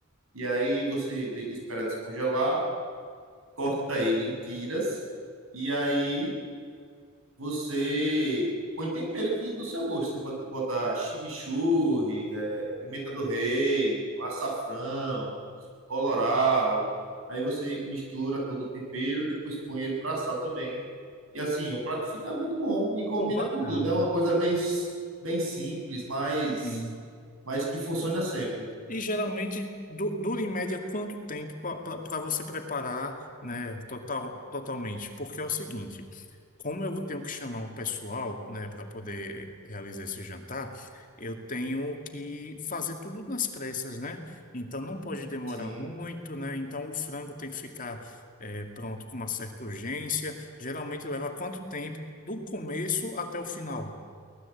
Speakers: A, on the right; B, on the left.
A: E aí você de- espera descongelar, corta ele em tiras. E aí você põe tempero que do seu gosto. Você pode botar chimichurri, eh, pimenta do reino, açafrão coloral. Aí você mistura todo o tempero, depois põe ele para assar também. E assim, o prato fica muito bom e combina
B: Pô, bacana.
A: com tudo. É uma coisa bem, bem simples, mas,
B: Sim.
A: mas que funciona sempre.
B: E geralmente du- dura em média quanto tempo para você preparar, né, total, totalmente? Porque é o seguinte, como eu tenho que chamar um pessoal, né, para poder realizar esse jantar, eu tenho que fazer tudo nas pressas, né? Então não pode demorar
A: Sim.
B: muito, né? Então o frango tem que ficar eh, pronto com uma certa urgência. Geralmente leva quanto tempo do começo até o final?